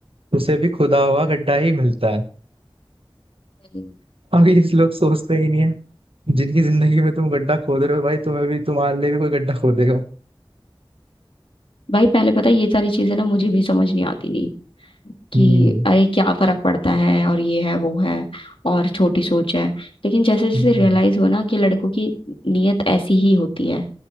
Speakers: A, on the right; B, on the left.
A: उसे भी खुदा हुआ गड्ढा ही मिलता है
B: हम्म,
A: अब ये लोग सोचते ही नहीं है जिनकी जिंदगी में तुम गड्ढा खोद रहे हो भाई तुम्हें भी तुम्हारे लिए भी कोई गड्ढा खोदेगा
B: भाई पहले पता है ये सारी चीजें ना मुझे भी समझ नहीं आती थी कि
A: हम्म
B: अरे क्या फर्क पड़ता है और ये है वो है और छोटी सोच है लेकिन जैसे जैसे
A: हम्म।
B: रियलाइज हुआ ना कि लड़कों की नीयत ऐसी ही होती है